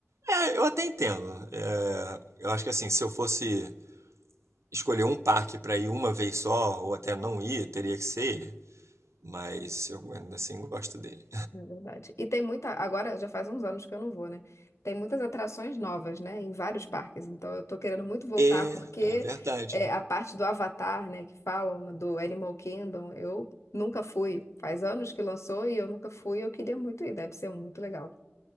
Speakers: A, on the right; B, on the left.
A: É, eu até entendo. É, eu acho que assim, se eu fosse escolher um parque pra ir uma vez só, ou até não ir, teria que ser ele, mas eu ainda assim gosto dele.
B: Na verdade. E tem muita. Agora já faz uns anos que eu não vou, né? Tem muitas atrações novas, né? Em vários parques. Então eu tô querendo muito voltar,
A: É,
B: porque
A: é verdade.
B: é, a parte do Avatar, né? Que falam né, do Animal Kingdom, eu nunca fui. Faz anos que lançou e eu nunca fui. Eu queria muito ir, deve ser muito legal.